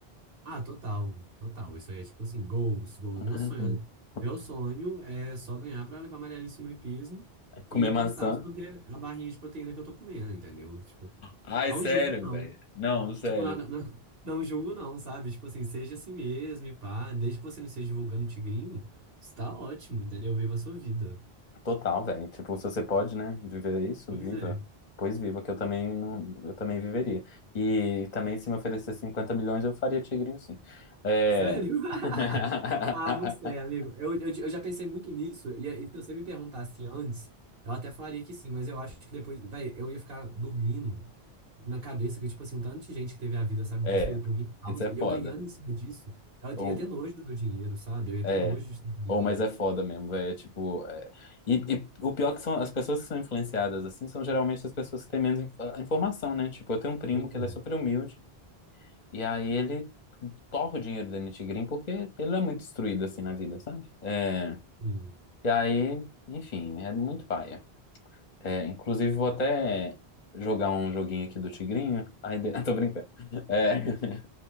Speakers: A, on the right (about 65°); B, on the left (about 45°).
A: Ah, total, total. Isso aí é tipo assim, goals, goals.
B: <laughs>
A: Meu sonho, meu sonho é só ganhar pra levar Maria Alice no hipismo e
B: Comer maçã.
A: postar sobre a barrinha de proteína que eu tô comendo, entendeu? Tipo,
B: Ai,
A: não
B: sério,
A: julgo, não.
B: velho. Não, sério.
A: Tipo, nada, não, <laughs> não julgo, não, sabe? Tipo assim, seja assim mesmo e pá. Desde que você não esteja divulgando tigrinho, está ótimo, entendeu? Viva a sua vida.
B: Total, velho. Tipo, se você pode, né, viver isso,
A: Pois
B: viva.
A: é.
B: Pois viva, que eu também não, eu também viveria. E também se me oferecer 50 milhões, eu faria tigrinho sim. É.
A: Sério? <laughs>
B: <laughs>
A: Ah, não sei, amigo. Eu, eu, eu já pensei muito nisso. E, e se você me perguntasse antes, eu até falaria que sim, mas eu acho que depois, vai, eu ia ficar dormindo na cabeça que, tipo assim, um tanto de gente que teve a vida, sabe,
B: É,
A: destruída por minha causa,
B: isso é
A: e
B: foda.
A: eu ganhando em cima disso, eu
B: Ou
A: ia ter nojo do meu dinheiro, sabe? Eu ia
B: é.
A: ter nojo de estar ganhando.
B: Ou, mas é foda mesmo, velho. É tipo. é- E, e o pior que são as pessoas que são influenciadas assim são geralmente as pessoas que têm menos inf- ah, informação, né? Tipo, eu tenho um primo
A: Pois
B: que
A: é,
B: ele é super humilde e aí ele torra o dinheiro dele no Tigrinho porque ele não é muito instruído assim na vida, sabe? É,
A: sim.
B: e aí, enfim, é muito paia. É, inclusive, vou até jogar um joguinho aqui do Tigrinho. Ai, de- <laughs> tô brincando. É,